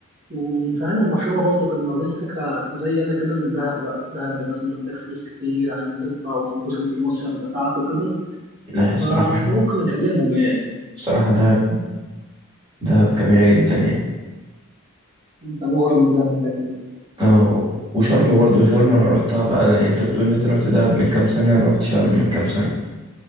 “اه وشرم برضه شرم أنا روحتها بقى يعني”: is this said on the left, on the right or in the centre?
Right